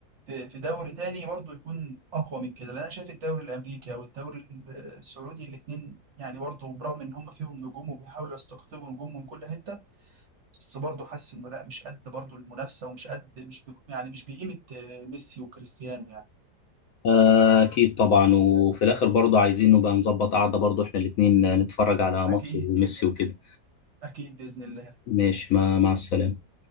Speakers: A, on the right; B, on the left.
A: في في دوري تاني برضو يكون اقوى من كده لان انا شايف الدوري الامريكي او الدوري ال- السعودي الاثنين يعني برضو برغم ان هم فيهم نجوم وبيحاولوا يستقطبوا نجوم من كل حته بس برضو حاسس انه لا مش قد برضو المنافسه ومش قد مش بي يعني مش بقيمه آه، ميسي وكريستيانو يعني
B: آه، أكيد طبعا وفي الآخر برضه عايزين نبقى نظبط قعدة برضه إحنا الاتنين نتفرج على
A: اكيد
B: ماتش ميسي وكده
A: اكيد باذن الله
B: ماشي ما مع السلامة